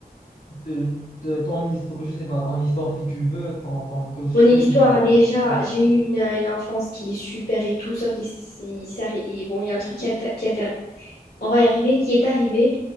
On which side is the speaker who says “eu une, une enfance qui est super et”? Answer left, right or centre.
Left